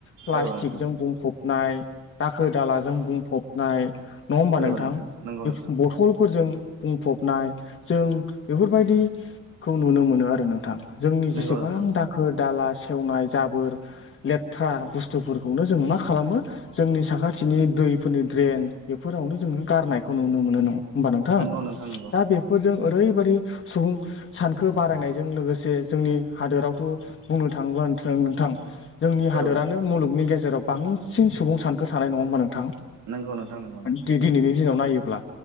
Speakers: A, on the left (about 45°); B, on the right (about 80°).
A: प्लास्टिकजों
B: औ नोंथां
A: बुंफबनाय दाखोर दालाजों बुंफबनाय नङा होमबा
B: औ
A: नोंथां
B: नंगौ
A: बे
B: नोंथां
A: बथलफोरजों बुंफबनाय जों बेफोरबायदिखौ नुनो मोनो आरो नोंथां जोंनि
B: नंगौ
A: जेसेबां
B: नोंथां
A: दाखोर दाला सेवनाय जाबोर लेथ्रा बुस स्थुफोरखौनो जों मा खालामो जोंनि साखाथिनि दैफोरनि ड्रेन बेफोरावनो जोङो गारनायखौ खौ नुनो मोनो नों ओमबा नोंथां
B: नंगौ नंगौ
A: दा बेफोरजों ओरैबादि सुबुं सानखो बारायनायजों लोगोसे जोंनि हादोरावथ' बुंनो थाङोब्ला बान थ्रों नोंथां जोंनि हादोरानो
B: औ नोंथां
A: मुलुगनि गेजेराव बांसिन सुबुं सानखो थानाय नङा होमबा नोंथां
B: नंगौ नोंथां नंगौ
A: दि दिनैनि दिनाव नायो ब्ला